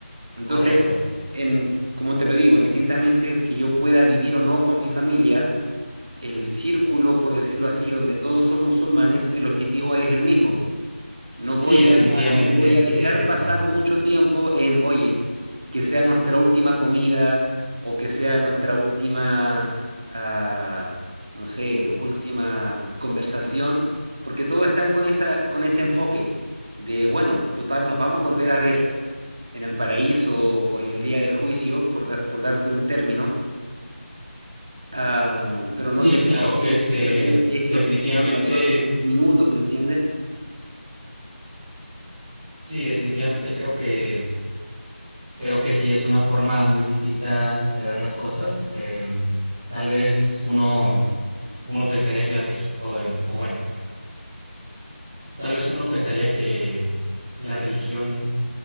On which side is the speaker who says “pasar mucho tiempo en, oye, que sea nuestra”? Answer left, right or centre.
Right